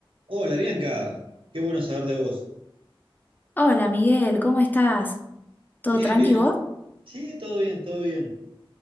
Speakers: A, on the right; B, on the left.
A: Hola Bianca, qué bueno saber de vos.
B: Hola Miguel, ¿cómo estás? ¿Todo
A: Bien,
B: tranqui
A: bien.
B: vos?
A: Sí, todo bien, todo bien.